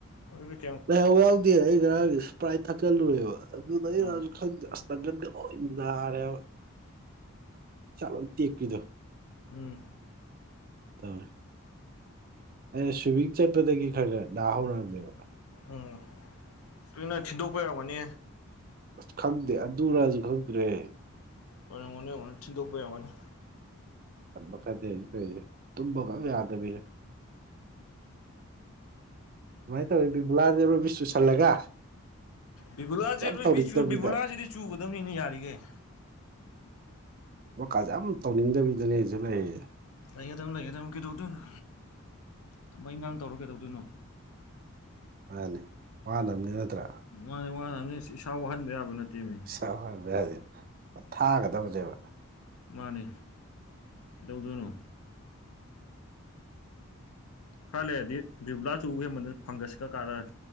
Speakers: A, on the left; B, on the right.
A: ꯑꯣ
B: ꯂꯥꯏꯍꯥꯎ ꯌꯥꯎꯗꯦ ꯑꯩ ꯉꯔꯥꯡꯒꯤ ꯏꯁꯄ꯭ꯔꯥꯏꯠ ꯊꯛꯀꯜꯂꯨꯔꯦꯕ ꯑꯗꯨꯗ ꯑꯩ
A: ꯎꯝ
B: ꯈ ꯑꯁꯇꯒꯠꯒ ꯂꯣꯏ ꯅꯥꯔꯦ ꯏꯁꯥ ꯂꯣꯏ ꯇꯦꯛꯄꯤꯗꯣ
A: ꯎꯝ
B: <unintelligible> ꯑ ꯁ꯭ꯋꯤꯃꯤꯡ ꯆꯠꯄꯗꯒꯤ ꯈꯔ ꯈꯔ ꯅꯥ ꯍꯧꯔꯑꯅꯦꯕ
A: ꯎꯝ ꯂꯣꯏꯅ ꯊꯤꯟꯗꯣꯛꯄꯩ ꯑꫭꯏꯔꯝꯒꯅꯤ
B: ꯑꯁ ꯈꯪꯗꯦ ꯑꯗꯨ ꯅꯔꯁꯨ ꯈꯪꯗ꯭ꯔꯦ
A: ꯑꯣꯏꯔꯝꯒꯅꯤ ꯑꫭꯏꯔꯝꯒꯅꯤ ꯊꯤꯟꯗꯣꯛꯄꯩ ꯑꫭꯏꯔꯝꯒꯅꯤ
B: ꯈꯟ ꯃꯈ ꯈꯔꯗꯤ ꯑꯩ ꯀꯦ ꯇꯨꯝꯕꯒꯛ ꯑꯝ ꯌꯥꯗꯕꯤꯅꯦ ꯁꯃꯥꯏꯅ ꯇꯧꯋ ꯏ ꯕꯨꯂꯗꯔꯣꯕꯤꯁꯨꯨꯁꯜꯂꯒ
A: ꯕꯤꯕꯨꯂꯥꯁꯦ
B: ꯇꯧꯅꯤꯡꯗꯕꯤꯗ
A: ꯕꯤꯕꯨꯂꯥꯁꯤꯗꯤ ꯆꯨꯒꯗꯕꯅꯤꯅ ꯌꯥꯔꯤꯈꯩ
B: ꯋꯥꯀꯥꯁꯦ ꯌꯥꯝ ꯇꯧꯅꯤꯡꯗꯕꯤꯗꯅꯦꯁꯨ ꯂꯩꯔꯤꯁ
A: ꯂꯩꯒꯗꯝꯕ ꯂꯩꯒꯗꯕ ꯀꯩꯗꯧꯗꯣꯏꯅꯣ ꯊꯕꯛ ꯏꯒꯥꯡ ꯇꯧꯔ ꯀꯩꯗꯧꯗꯣꯏꯅꯣ
B: ꯃꯥꯅꯤ ꯋꯥꯅꯕꯅꯤ ꯅꯠꯇ꯭ꯔꯥ
A: ꯃꯥꯅꯦ ꯃꯥꯅꯤ ꯏꯁꯥ ꯋꯥꯍꯟꯕ ꯌꯥꯕ ꯅꯠꯇꯦꯕꯅꯤ
B: ꯥ ꯏꯁꯥ ꯍꯗ ꯌꯥꯗ ꯊꯥꯒꯗꯕꯅꯦꯕ
A: ꯃꯥꯅꯦ ꯀꯩꯗꯧꯎꯗꫭꯏꯅꯣ ꯈꯔ ꯂꯩꯔꯗꯤ ꯕꯤꯕꯂꯥꯁꯨ ꯎ ꯍꯦꯟꯃꯟꯕ ꯐꯪꯒꯁꯀ ꯀꯥꯔꯔ